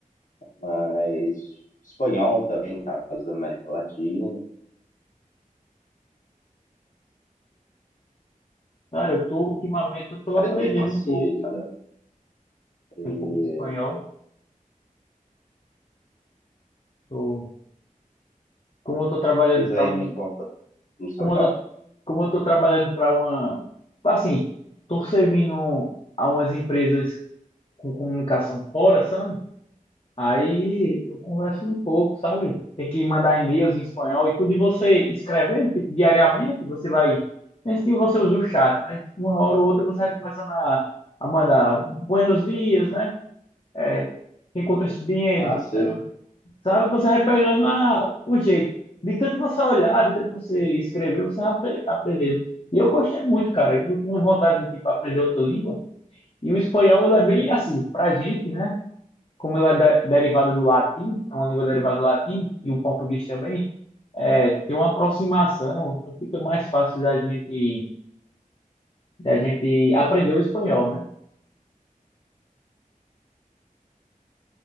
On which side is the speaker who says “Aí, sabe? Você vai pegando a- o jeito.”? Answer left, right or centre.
Left